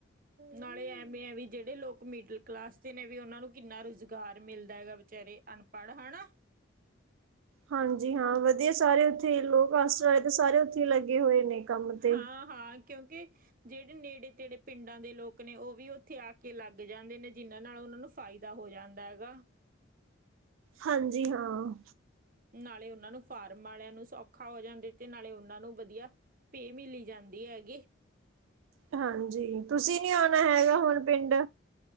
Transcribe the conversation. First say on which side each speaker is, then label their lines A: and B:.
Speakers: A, on the right; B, on the right.
A: ਨਾਲੇ ਐਵੇਂ ਹੈ ਵੀ ਜਿਹੜੇ ਲੋਕ ਮਿਡਲ ਕਲਾਸ ਦੇ ਨੇ ਵੀ ਉਹਨਾਂ ਨੂੰ ਕਿੰਨਾ ਰੁਜ਼ ਗਾਰ ਮਿਲਦਾ ਹੈਗਾ ਬਚਾਰੇ ਅਨਪੜ੍ਹ ਹੈਾ
B: ਹਾਂਜੀ ਹਾਂ ਵਧੀਆ ਸਾਰੇ ਉੱਥੇ ਲੋਕ <unintelligible> ਵਾਲੇ ਤੇ ਸਾਰੇ ਉੱਥੇ ਲੱਗੇ ਹੋਏ ਨੇ ਕੰਮ ਤੇ
A: ਹਾਂ-ਹਾਂ ਕਿਉਂਕਿ ਜਿਹੜੇ ਨੇੜੇ ਤੇੜੇ ਪਿੰਡਾਂ ਦੇ ਲੋਕ ਨੇ ਉਹ ਵੀ ਉੱਥੇ ਆ ਕੇ ਲੱਗ ਜਾਂਦੇ ਨੇ ਜਿਹਨਾਂ ਨਾਲ ਉਹਨਾਂ ਨੂੰ ਫਾਇਦਾ ਹੋ ਜਾਂਦਾ ਹੈਗਾ
B: ਹਾਂਜੀ ਜੀ ਹਾਂ
A: ਨਾਲੇ ਉਹਨਾਂ ਨੂੰ ਫਾਰਮ ਵਾਲਿਆਂ ਨੂੰ ਸੌਖਾ ਹੋ ਜਾਂਦਾ ਤੇ ਨਾਲੇ ਉਹਨਾਂ ਨੂੰ ਵਧੀਆ ਪੇਅ ਮਿਲੀ ਜਾਂਦੀ ਐ ਗੀ।
B: ਹਾਂਜੀ, ਤੁਸੀਂ ਨੀ ਆਉਣਾ ਹੈਗਾ ਹੁਣ ਪਿੰਡ